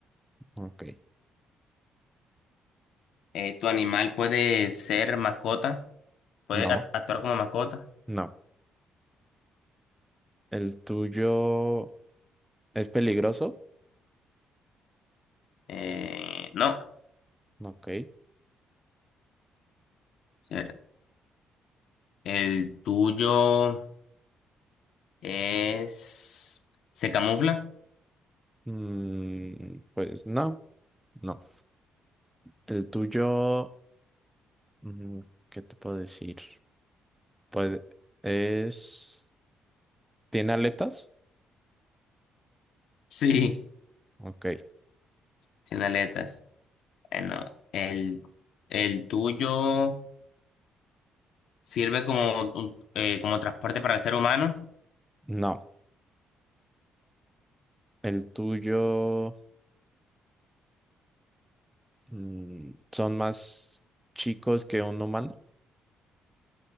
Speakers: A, in the centre; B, on the left.
A: Ok.
B: Eh, ¿tu animal puede ser mascota? ¿Puede
A: No,
B: act- actuar como mascota?
A: no. ¿El tuyo es peligroso?
B: Eh, no.
A: Ok.
B: Ser- ¿El tuyo es... ¿Se camufla?
A: Mm, pues no, no. El tuyo, mm, ¿qué te puedo decir? Pues es... ¿Tiene aletas?
B: <laughs> Sí.
A: Ok.
B: Tiene aletas. Bueno, el, el tuyo sirve como, un- eh, como transporte para el ser humano.
A: No. El tuyo, mm, son más chicos que un humano.